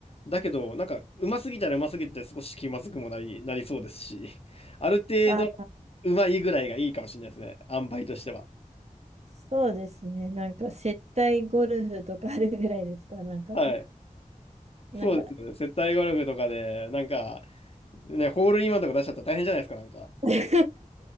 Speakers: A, on the left; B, on the right.
A: だけど、なんか、上手すぎたら上手すぎて少し気まずくもなり、なりそうですし、ある程度、
B: あ、
A: 上手いぐらいがいいかもしれないですね。塩梅としては。
B: そうですね。なんか、接待ゴルフとかあるぐらいですか。なんか、
A: はい。
B: なんか
A: そうですよね。接待ゴルフとかで、なんか、ね、ホールインワンとか出しちゃったら大変じゃないですか、なんか。
B: <laughs>